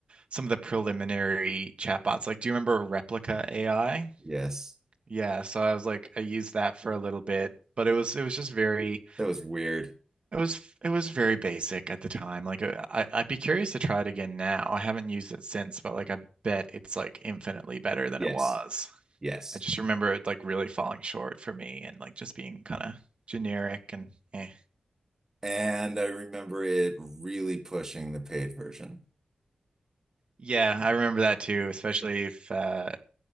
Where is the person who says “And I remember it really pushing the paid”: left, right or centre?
Right